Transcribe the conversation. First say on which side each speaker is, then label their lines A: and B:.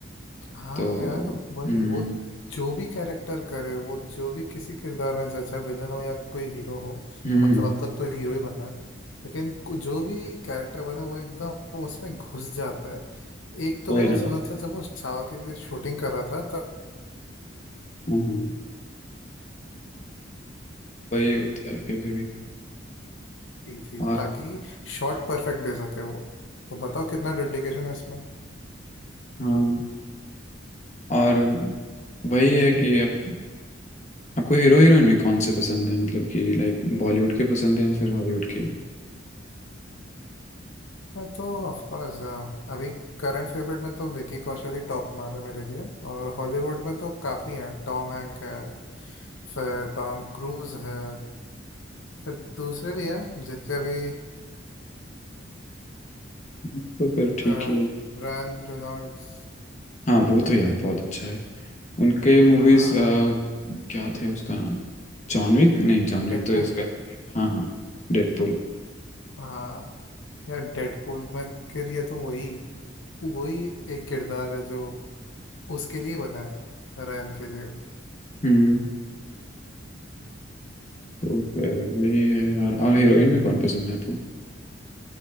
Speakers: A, on the left; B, on the left.
A: हाँ
B: तो
A: यार वही
B: हम्म
A: वो जो भी कैरेक्टर करे वो जो भी किसी किरदार में चाहे चाहे विलन हो या कोई हीरो हो
B: हम्म
A: मतलब अब तक तो हीरो ही बना है लेकिन कु- जो भी कैरेक्टर बने वो एकदम उसमें घुस जाता है एक तो
B: वही
A: मैंने
B: ना
A: सुना था जब वो छावा के लिए शूटिंग कर रहा था तब
B: हम्म, वही होता है कभी कभी
A: की थी
B: और
A: ताकि शॉट परफेक्ट दे सके वो तो बताओ कितना डेडिकेशन है इसमें
B: हाँ और वही है कि आप, आपको हीरो हीरोइन में कौन से पसंद है मतलब कि लाइक बॉलीवुड के पसंद है या फिर हॉलीवुड के
A: मैं तो ऑफ कोर्स अभी करंट फेवरेट में तो विकी कौशल ही टॉप मार है मेरे लिए और हॉलीवुड में तो काफ़ी हैं टॉम हैंक है फिर टॉम क्रूज है फिर दूसरे भी हैं जिनके अभी
B: तो फिर ठीक
A: रैन
B: ही है
A: रेनॉल्ड्स
B: हाँ वो तो यार बहुत अच्छा है उनके मूवीज
A: हाँ
B: क्या थे उसका नाम John Wick नहीं जॉन विक
A: डेडपूल
B: तो इसका है। हाँ हाँ डेडपूल
A: हाँ यार डेडपूल में के लिए तो वही वही एक किरदार है जो उसके लिए बना है रैन के लिए
B: हम्म तो फिर वही है यार और हीरोइन में कौन पसंद है आपको